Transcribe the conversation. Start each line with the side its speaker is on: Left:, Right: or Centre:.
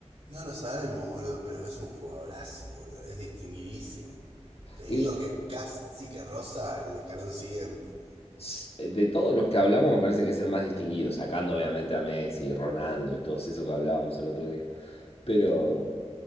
Right: no lo sabemos, boludo, pero es un jugadorazo, boludo. Es distinguidísimo. Te digo
Left: Y
Right: que casi que rosa el escalón siguiente.
Left: s- de todos los que hablamos, me parece que es el más distinguido, sacando obviamente a Messi, Ronaldo y todos esos que hablábamos el otro día. Pero